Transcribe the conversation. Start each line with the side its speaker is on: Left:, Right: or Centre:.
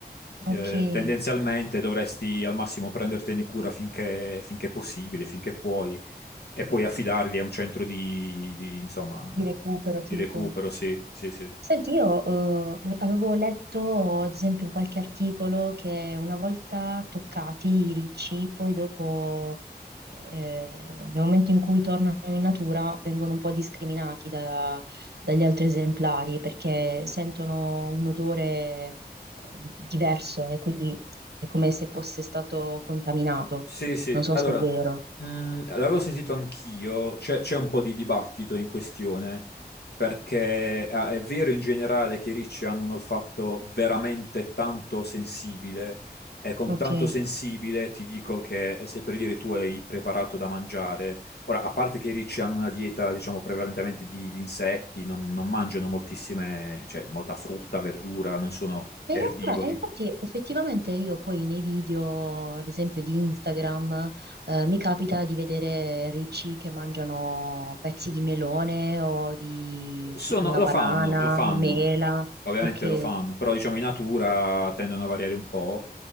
Right: Ok,
Left: Eh,
Right: di
Left: tendenzialmente dovresti al massimo prendertene cura finché, finché è possibile, finché puoi, e poi affidarli a un centro di, di, insomma,
Right: recupero
Left: eh, di
Right: tipo.
Left: recupero, sì, sì, sì.
Right: Senti, io eh, avevo letto, ad esempio, in qualche articolo che una volta toccati i ricci, poi dopo, eh, nel momento in cui tornano in natura, vengono un po' discriminati da- dagli altri esemplari perché sentono un odore eh, diverso e quindi è come se fosse stato contaminato.
Left: Sì, sì,
Right: Non so
Left: allora,
Right: se è vero.
Left: mh, l'avevo sentito anch'io, c'è c'è un po' di dibattito in questione, perché ah, è vero in generale che i ricci hanno un olfatto veramente tanto sensibile, e con
Right: Ok.
Left: tanto sensibile ti dico che eh, se per dire tu hai preparato da mangiare, ora, a parte che i ricci hanno una dieta, diciamo, prevalentemente di, di insetti, non, non mangiano moltissime, cioè molta frutta, verdura, non sono
Right: E
Left: erbivori
Right: in realtà, e infatti, effettivamente io poi nei video, ad esempio di Instagram, eh, mi capita di vedere ricci che mangiano pezzi di melone o di,
Left: Sono-
Right: di una
Left: lo
Right: banana,
Left: fanno, lo fanno,
Right: mela.
Left: ovviamente
Right: Ok.
Left: lo fanno, però diciamo in natura tendono a variare un po'.